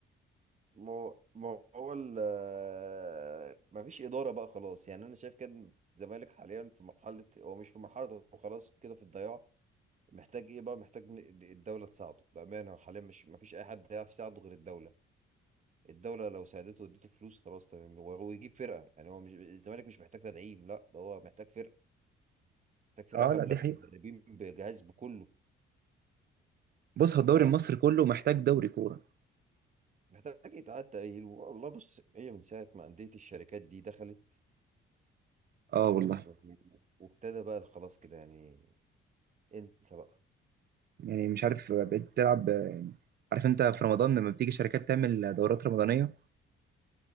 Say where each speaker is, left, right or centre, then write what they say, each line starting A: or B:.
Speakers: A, on the right; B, on the right.
A: ما هو ما هو ال- ما فيش إدارة بقى خلاص يعني أنا شايف كده إن الزمالك حاليا في مرحلة هو مش في مرحلة هو خلاص كده في الضياع محتاج إيه بقى محتاج إن الدولة تساعده بأمانة هو حاليا مش ما فيش أي حد يعرف يساعده غير الدولة الدولة لو ساعدته واديته فلوس خلاص تمام وهو يجيب فرقة يعني هو مش الزمالك مش محتاج تدعيم لا ده هو محتاج فرقة محتاج فرقة
B: اه
A: كاملة
B: لا دي
A: بمدربين
B: حقيقه
A: بجهاز بكله
B: بص هو الدوري
A: ف
B: المصري كله محتاج دوري كوره
A: محتاج يتعاد تأهيل والله بص هي من ساعة ما أندية الشركات دي دخلت
B: اه
A: فاهم
B: والله
A: و- وابتدى بقى خلاص كده يعني انسى بقى
B: يعني مش عارف بقيت تلعب يعني عارف انت في رمضان لما بتيجي شركات تعمل دورات رمضانيه